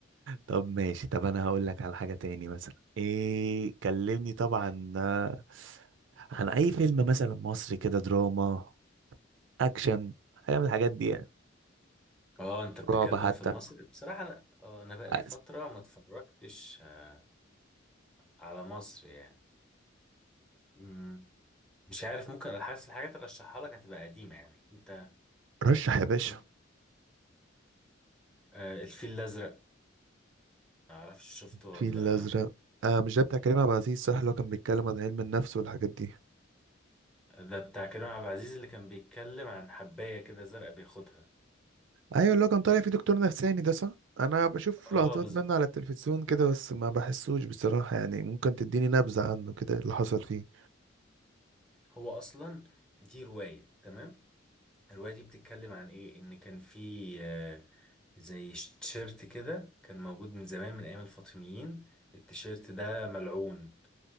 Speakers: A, on the right; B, in the centre.
A: طب ماشي طب انا هقول لك على حاجة تاني مثلا ايه كلمني طبعا آه، عن اي فيلم مثلا مصري كده دراما اكشن حاجة من الحاجات دي يعني
B: اه انت بتتكلم
A: رعب حتى
B: في المصري بصراحة انا اه انا بقالي
A: عايز-
B: فترة ما اتفرجتش آه، على مصر يعني مم، مش عارف ممكن حاسس الحاجات اللي ارشحها لك هتبقى قديمة يعني انت
A: رشح يا باشا
B: انت آه الفيل الازرق ما اعرفش شفته ولا
A: الفيل الأزرق آه مش ده بتاع كريم عبد العزيز صح اللي هو كان بيتكلم عن علم النفس والحاجات دي
B: ده بتاع كريم عبد العزيز اللي كان بيتكلم عن حباية كده زرقاء بياخدها
A: ايوه اللي هو كان طالع فيه دكتور نفساني ده صح انا بشوف
B: اه
A: لقطات
B: بز...
A: منه على التلفزيون كده بس ما بحسوش بصراحة يعني ممكن تديني نبذة عنه كده اللي حصل فيه
B: هو اصلا دي رواية تمام الرواية دي بتتكلم عن ايه ان كان في آه، زي ش- تيشيرت كده كان موجود من زمان من ايام الفاطميين التيشيرت ده ملعون